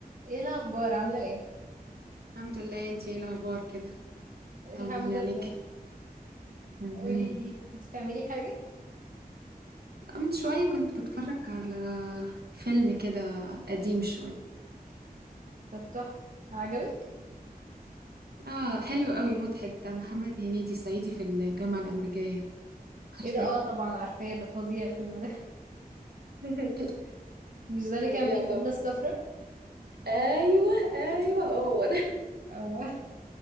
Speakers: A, on the right; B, on the right.
A: ايه الاخبار عامله ايه
B: الحمد لله انتي ايه الاخبار كده
A: الحمد
B: طمنيني عليك
A: لله
B: مهم.
A: قولي لي كنت بتعملي حاجه
B: من شويه كنت بتفرج على فيلم كده قديم شويه
A: طب تحفه عجبك
B: اه حلو قوي مضحك بتاع محمد هنيدي صعيدي في الجامعه الامريكيه عارفاه
A: ايه ده اه طبعا عارفاه ده فظيع الفيلم ده <laughs>
B: <laughs>
A: مش ده اللي
B: فظيع
A: كان فيه البدله
B: طبعا
A: الصفراء
B: ايوه ايوه هو ده
A: او